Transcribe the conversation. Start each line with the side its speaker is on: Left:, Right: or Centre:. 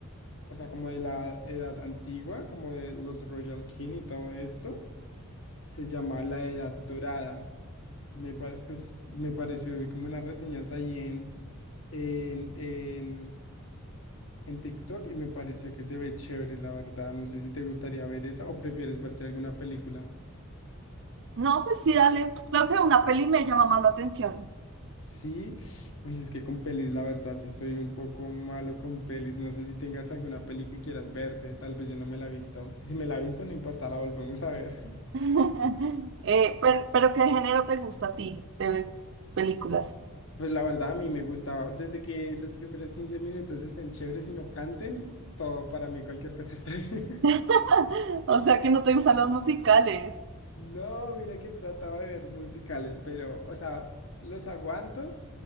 Left: o sea, como de la edad antigua, como de los Royal King y todo esto, se llama la Edad Dorada. Me, pa- pues, me pareció, vi como una reseñanza ahí en, en, en, en TikTok y me pareció que se ve chévere, la verdad. No sé si te gustaría ver esa o prefieres verte alguna película.
Right: No, pues sí, dale. Creo que una peli me llama más la atención.
Left: Sí, <sniffs> pues es que con pelis, la verdad, sí soy un poco malo con pelis. No sé si tengas alguna peli que quieras verte, tal vez yo no me la he visto. Si me la he visto, no importa, la volvemos a ver.
Right: <laughs> Eh, per- pero, ¿qué género te gusta a ti de películas?
Left: Pues la verdad a mí me gusta, desde que los primeros 15 minutos estén chéveres y no canten, todo para mí, cualquier cosa está bien. <laughs>
Right: <laughs> O sea, que no te gustan los musicales.
Left: No, mira que trataba de ver musicales, pero, o sea, los aguanto,